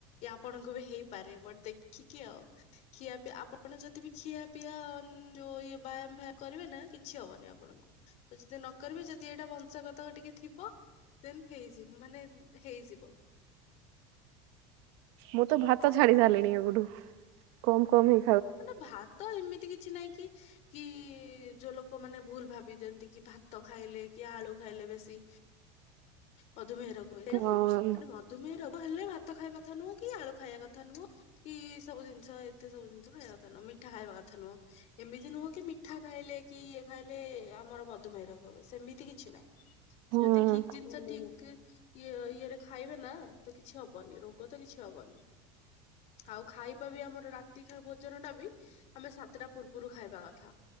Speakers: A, on the left; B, on the right.
A: ଆପଣଙ୍କୁ ବି ହେଇପାରେ ବଟ ଦେଖିକି ଆଉ କିିଆ ବି ଆପଣ ଯଦି ବି ଖିଆପିଆ ଯୋଉ ଇଏ ବ୍ୟାୟାମ ଫାମ କରିବେ ନା କିଛି ହବନି ଆପଣଙ୍କୁ, ଆଉ ଯଦି ନ କରିବେ ଯଦି ଏଇଟା ବଂଶଗ ଟିକେ ଥିବ, ଦେନ୍ ହେଇଯିବ, ମାନେ ହେଇଯିବ।
B: ମୁଁ ତ ଭାତ ଛାଡି ସାରିଲିଣି ଏବେଠୁ, କମ କମ ହି
A: ନା ନା ଭାତ ଏମିତି କିଛି ନାଇଁ କି, କି ଯୋଉ ଲୋକ ଲୋକମାନେ ଭୁଲ ଭାବି ଦିଅନ୍ତି କି, ଭାତ ଖାଇଲେ କି ଆଳୁ ଖାଇଲେ ବେଶୀ ମଧୁମେହ ରୋଗ
B: ହଁ
A: ଭୁଲ, ମାନେ ମଧୁମେହ ରୋଗ ହେଲେ ଭାତ ଖାଇବା କଥା ନୁହଁ କି, ଆଳୁ ଖାଇବା କଥା ନୁହଁ। କି ସବୁ ଜିନିଷ ଏତେ ସବୁ ଜିନିଷ ଖାଇବା କଥା ନୁହଁ, ମିଠା ଖାଇବା କଥା ନୁହଁ। ଏମିତି ନୁହଁ କି ମିଠା ଖାଇଲେ କି ଇଏ ଖାଇଲେ ଆମର ମଧୁମେହ ରୋଗ <unintelligible> ସେମିତି କିଛି ନାହିଁ।
B: ହଁ
A: ଯଦି ଠିକ୍ ଜି ଯଦି ଠିକ୍ ଇଏ ଇଏରେ ଖାଇବେ ନା ତ କିଛି ହବନି ରୋଗ ତ କିଛି ହବନି। ଆଉ ଖାଇବା ବି ଆମର ରାତି ଭୋଜନ ଟା ବି ଆମେ ସାତଟା ପୂର୍ବରୁ ଖାଇବା କଥା।